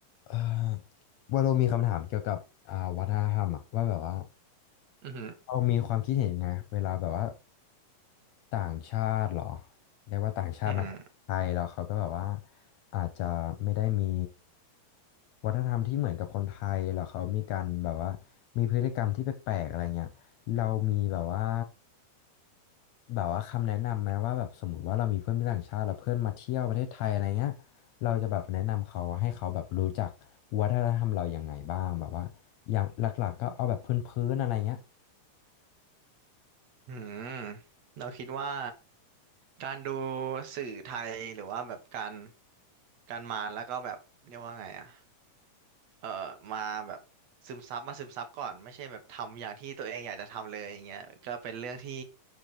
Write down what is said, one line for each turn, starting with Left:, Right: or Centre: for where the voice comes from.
Left: เอ่อวาโลมีคำถามเกี่ยวกับอ่าวัฒนธรรมอะว่าแบบว่า
Right: อือหือ
Left: เรามีความคิดเห็นยังไงเวลาแบบว่า ต่างชาติเหรอเรียกว่าต่างชาติมาไทยแล้วเขาก็แบบว่า
Right: อือหือ
Left: อาจจะไม่ได้มีวัฒนธรรมที่เหมือนกับคนไทยหรอกเขามีการแบบว่ามีพฤติกรรมที่แปลกๆอะไรเงี้ยเรามีแบบว่าแบบว่าคำแนะนำไหมว่าแบบสมมติว่าเรามีเพื่อนเป็นต่างชาติแล้วเพื่อนมาเที่ยวประเทศไทยอะไรเงี้ยเราจะแบบแนะนำเขาให้เขาแบบรู้จักวัฒนธรรมเรายังไงบ้างแบบว่าอย่างหลักๆก็เอาแบบพื้นๆอะไรเงี้ย
Right: อือหือเราคิดว่าการดูสื่อไทยหรือว่าแบบการการมาแล้วก็แบบเรียกว่าไงอะ เอ่อมาแบบซึมซับมาซึมซับก่อนไม่ใช่แบบทำอย่างที่ตัวเองอยากจะทำเลยอย่างเงี้ยก็เป็นเรื่องที่